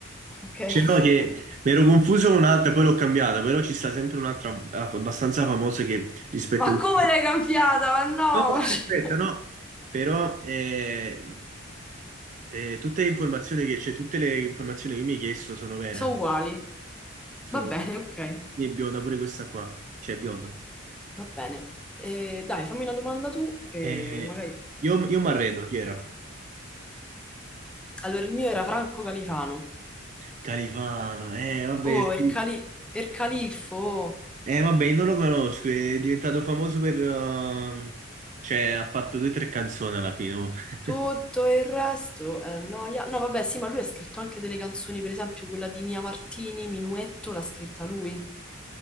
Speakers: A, in the centre; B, on the right.
A: ok.
B: Cioè,
A: <laughs>
B: no, che mi ero confuso con un'altra, poi l'ho cambiata, però ci sta sempre un'altra aff- abbastanza famosa che rispetta...
A: Ma
B: il-
A: come l'hai cambiata? Ma no!
B: No,
A: <laughs> Cioè,
B: aspetta, no, però eh, eh, tutte le informazioni che, cioè, tutte le informazioni che mi hai chiesto sono vere.
A: Sono uguali.
B: Sono
A: Va bene, ok.
B: è bionda pure questa qua, cioè è bionda.
A: Va bene. Eh, dai, fammi una domanda tu e
B: Eh,
A: magari...
B: io io mi arredo, chi era?
A: Allora, il mio era Franco Califano.
B: Califano, eh vabbè,
A: Oh, il,
B: sì.
A: cali... il califfo. oh.
B: Eh, vabbè, io non lo conosco, è diventato famoso per... uh, cioè ha fatto due o tre canzoni alla fine. oh.
A: Tutto
B: <laughs>
A: il resto è noia. No, vabbè, sì, ma lui ha scritto anche delle canzoni, per esempio quella di Mia Martini, Minuetto, l'ha scritta lui.